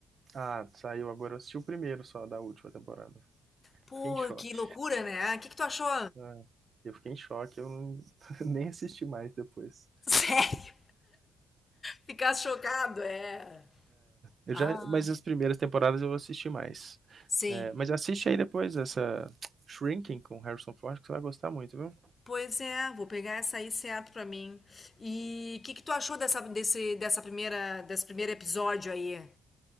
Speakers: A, on the right; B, on the left.
A: Ah, saiu agora. Eu assisti o primeiro só da última temporada.
B: Pô,
A: Fiquei em choque.
B: que loucura, né? O que que tu achou?
A: Ah, eu fiquei em choque. Eu não... <laughs> nem assisti mais depois.
B: <laughs> Sério? Ficar chocado, é.
A: Eu
B: Ah,
A: já... Mas as primeiras temporadas eu assisti mais.
B: sim.
A: É, mas assiste aí depois essa Shrinking com Harrison Ford, que você vai gostar muito, viu?
B: Pois é, vou pegar essa aí certo pra mim. E o que que tu achou dessa, desse, dessa primeira, desse primeiro episódio aí?